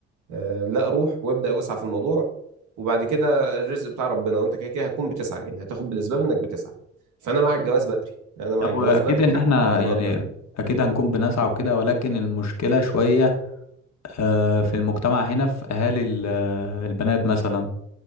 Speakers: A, on the right; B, on the left.
A: آه، لا روح وابدا واسعى في الموضوع وبعد كده الرزق بتاع ربنا وانت كده كده هتكون بتسعى يعني هتاخد بالاسباب انك بتسعى فانا مع الجواز بدري انا مع
B: هو
A: الجواز
B: اكيد
A: بدري
B: ان
A: حتى
B: احنا
A: لو هتضغط
B: يعني
A: نفسك
B: اكيد هنكون بنسعى وكده ولكن المشكله شويه آه، في المجتمع هنا في اهالي ال- آه، البنات مثلا